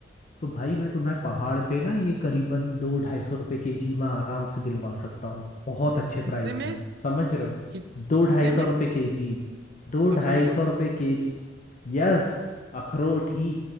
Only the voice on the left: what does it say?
तो भाई मैं तुम्हें पहाड़ पे ना ये करीबन दो ढाई सौ रुपये के जी में आराम से दिलवा सकता हूँ बहुत अच्छे प्राइस
में समझ रहे हो
दो
ढाई सौ
रुपये के जी दो ढाई
सौ रुपये के जी यस अखरोट ही